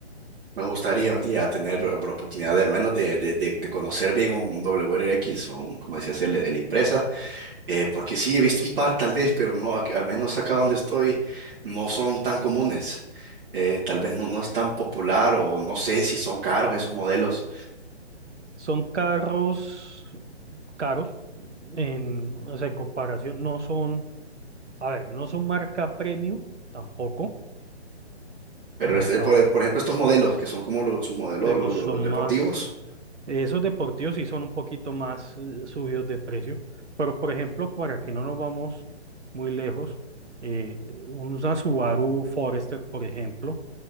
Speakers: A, on the right (about 50°); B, on the right (about 85°).
A: Me gustaría un día tener la oportunidad de, al menos de, de, de- de conocer bien un un W R X o un, como decías, el, el Impreza Eh, porque sí, he visto un par tal vez, pero no, ac- al menos acá donde estoy no son tan comunes. Eh, tal vez no, no es tan popular o no sé si son caros esos modelos.
B: Son carros caros, en, o sea, en comparación, no son A ver, no son marca premium tampoco,
A: Pero
B: como
A: es- eh,
B: pa,
A: por, e- por ejemplo, estos modelos que son como los, sus modelos,
B: pero
A: lo- lo-
B: son
A: los, deportivos
B: más, esos deportivos sí son un poquito más eh, subidos de precio, pero por ejemplo, para que no nos vamos muy lejos, eh, una Subaru Forester, por ejemplo,